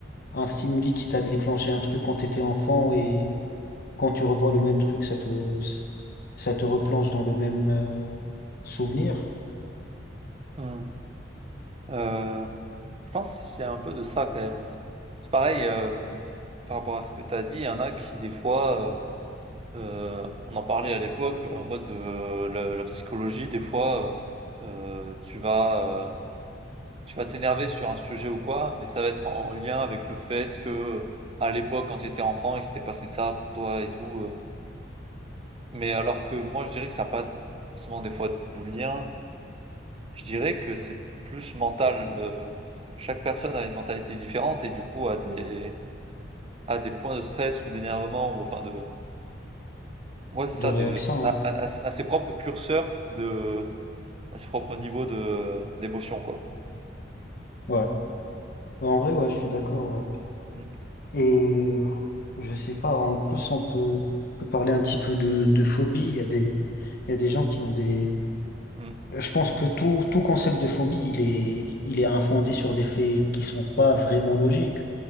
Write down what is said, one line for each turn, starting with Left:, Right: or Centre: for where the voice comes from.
Left: un stimuli qui t'a déclenché un truc quand t'étais enfant et quand tu revois le même truc, ça te, ça te replonge dans le même euh, souvenir
Right: Hmm. Euh, je pense qu'il y a un peu de ça quand même. C'est pareil, euh, par rapport à ce que tu as dit, il y en a qui, des fois, euh, euh, on en parlait à l'époque, en mode euh, la, la psychologie, des fois, euh, euh, tu vas, euh, Tu vas t'énerver sur un sujet ou quoi, mais ça va être en lien avec le fait que, à l'époque, quand tu étais enfant, il s'était passé ça pour toi et tout. euh. Mais alors que moi, je dirais que ça n'a pas forcément des fois du lien. Je dirais que c'est plus mental. euh. chaque personne a une mentalité différente et du coup a des, a des points de stress ou d'énervement ou enfin de, ouais, c'est
Left: de
Right: ça,
Left: réaction.
Right: de, à,
Left: hein.
Right: à- à ses propres curseurs de, à ses propres niveaux de, d'émotion, quoi.
Left: Ouais. Ouais, En vrai, ouais, je suis d'accord. ouais.
Right: Mm.
Left: Et euh, je sais pas, en plus, on peut, on peut parler un petit peu de, de phobie. Il y a des, il y a des gens qui ont des.
Right: Mm.
Left: Je pense que tout, tout concept de phobie, il est, il est infondé sur des faits qui sont pas vraiment logiques.